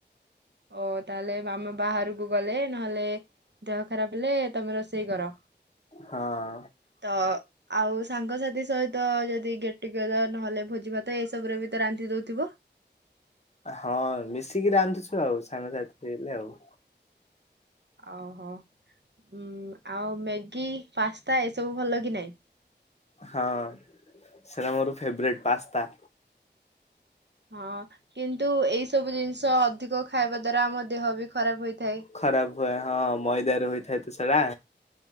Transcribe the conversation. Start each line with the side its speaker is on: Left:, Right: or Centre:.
Right: ଓ ତାହେଲେ ମାମା ବାହାରକୁ ଗଲେ ନହେଲେ ଦେହ ଖରାପ ହେଲେ ତମେ ରୋଷେଇ କର।
Left: ହଁ।
Right: ତ ଆଉ ସାଙ୍ଗସାଥି ସହିତ ଯଦି ଗେଟଟୁ ଗେଦର ନହେଲେ ଭୋଜି ଭାତ ଏଇସବୁରେ ବି ତ ରାନ୍ଧି ଦଉଥିବ?
Left: ହଁ ମିଶିକି ରାନ୍ଧୁଛୁ ଆଉ ସାଙ୍ଗସାଥି ହେଲେ ଆଉ।
Right: ଓହୋ ଉଁ ଆଉ ମ୍ୟାଗି ପାସ୍ତା ଏସବୁ ଭଲ କି ନାଇଁ?
Left: ହଁ ସେରା ମୋର ଫେବରେଟ୍ ପାସ୍ତା।
Right: ହଁ କିନ୍ତୁ ଏଇ ସବୁ ଜିନିଷ ଅଧିକ ଖାଇବା ଦ୍ଵାରା ଆମ ଦେହ ବି ଖରାପ ହୋଇଥାଏ।
Left: ଖରାପ ହୁଏ ହଁ ମଇଦାରେ ହୋଇଥାଏ ତ ସେଡ଼ା।